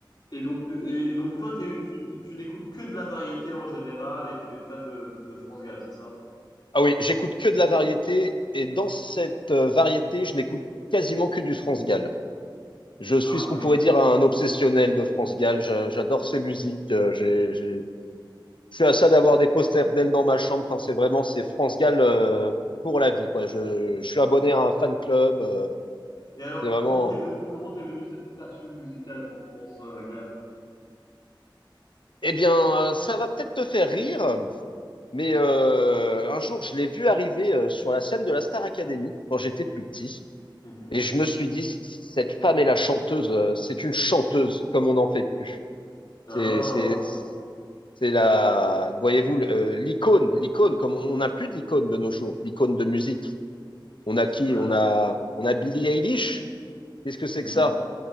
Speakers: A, on the left; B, on the left.
A: Et donc, du- et donc toi, t'es- tu, n- tu n'écoutes que de la variété en général et tu es fan de, de, de France Gall, c'est ça?
B: Ah oui, j'écoute que de la variété. Et dans cette euh, variété, je n'écoute quasiment que du France Gall. je suis
A: Ah
B: ce
A: oui,
B: qu'on pourrait
A: d'accord.
B: dire un obsessionnel de France Gall. Je- J'adore ses musiques. Euh, j'ai- j'ai- Je suis à ça d'avoir des posters d'elle dans ma chambre. Enfin, c'est vraiment c'est France Gall euh, pour la vie, quoi. Je, je suis abonné à un fan club. euh,
A: Et alors,
B: C'est vraiment.
A: c- comment t'es venu, comment t'es venu cette passion musicale pour France euh, Gall?
B: Eh bien, euh, ça va peut-être te faire rire, mais euh, un jour, je l'ai vu arriver euh, sur la scène de la Star Academy quand j'étais plus petit,
A: Mhm.
B: et je me suis dit, cette femme est la chanteuse. euh, C'est une chanteuse, comme on n'en fait plus.
A: Ah,
B: C'est, c'est, C'est la, voyez-vous, le- euh, l'icône, l'icône, comme on n'a plus d'icône de nos jours, l'icône de musique. On a
A: c'est
B: qui?
A: vrai.
B: On a, on a Billie Eilish. Qu'est-ce que c'est
A: Mhm.
B: que ça?